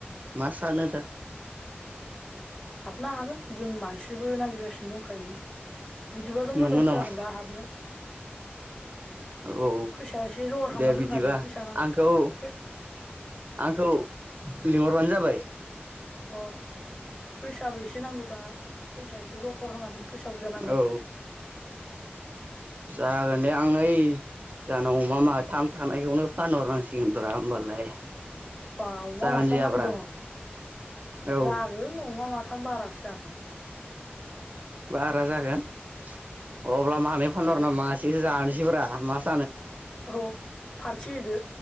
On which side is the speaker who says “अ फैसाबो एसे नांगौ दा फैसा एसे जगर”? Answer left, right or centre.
Left